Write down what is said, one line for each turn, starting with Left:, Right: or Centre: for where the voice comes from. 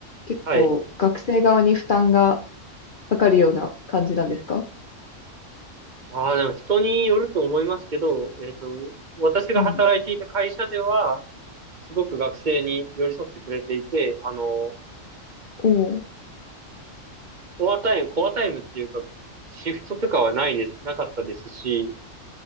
Left: 結構学生側に負担が
Right: はい。
Left: かかるような感じなんですか
Right: ああ、でも人によると思いますけど、えっと、私が働いていた会社では、
Left: うん。
Right: すごく学生に寄り添ってくれていて、あの、
Left: おお
Right: コアタイム、コアタイムっていうか、シフトとかはないです、なかったですし、